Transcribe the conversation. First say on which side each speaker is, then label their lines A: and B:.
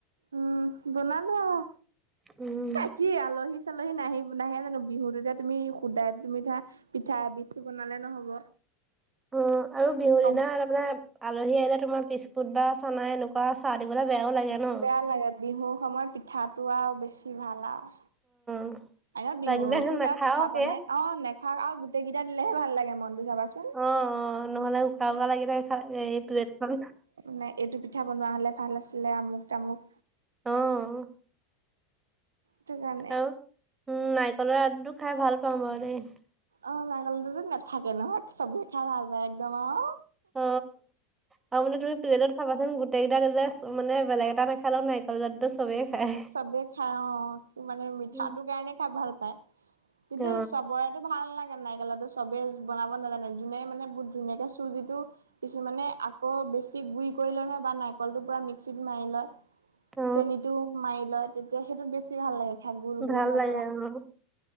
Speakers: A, on the right (about 75°); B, on the right (about 15°).
A: উম বনালো আও
B: উম,
A: বাকী আলহী আলহি চালহী নাহি নাহে জানো বিহুত এতিয়া তুমি শুদা তুমি ধৰা পিঠা এবিধটো বনালে নহ'ব।
B: অ আৰু বিহুৰ
A: কম
B: দিনা তাৰমানে আলহী আহিলে তোমাৰ বিস্কুট বা চানা এনেকুৱা চাহ দিবলৈ বেয়াও লাগে ন
A: বেয়া লাগে বিহুৰ সময়ত পিঠাটো আৰু বেছি ভাল আও
B: <unintelligible>
A: আ বিহুতোত
B: লাগিলে নাখাওকে
A: আৰু পিঠা বনাই অ নেখাও আৰু গোটেই কেইটা দিলেহে ভাল লাগে মনতো চাবাচোন।
B: অ' অ' নহ'লে উকা উকা লাগি থাকে এই প্লেটখন
A: নাই এইটো পিঠা বনোৱা হলে ভাল আছিলে আমুক তামুক
B: অ
A: সেইটো কাৰণে
B: আৰু উম নাৰিকলৰ লাডটো খাই ভাল পাওঁ বাৰু দেই।
A: অ লাডুতো নাথাকে ন চবেই খাই ভাল পায় একদম আও
B: অ আৰু মানে তুমি প্লেটত খাবাচোন গোটেইকেইটা মানে বেলেগ এটা নাখালেও নাৰিকল লাডুটো চবেই খায়।
A: চবে খাই অ কি মানে মিঠাটোৰ
B: উম।
A: কাৰণে খাই ভাল পায় কিন্তু
B: অ
A: চবৰে, ভাল লাগে নাইকল লাডুটো চবেই বনাব নাজানে যোনে মানে বহুত ধুনীয়াকে চুজিটো কিছুমানে আকৌ বেছি গুৰি কৰি লয় নহয় বা নাৰিকলটো পুৰা মিক্সিত মাৰি লয়।
B: অ
A: চেনীতটো মাৰি লয় তেতিয়া সেইটোত বেছি ভাল লাগে। খাই গোল গোল
B: ভাল
A: হয়
B: লাগে
A: পুৰা
B: অ,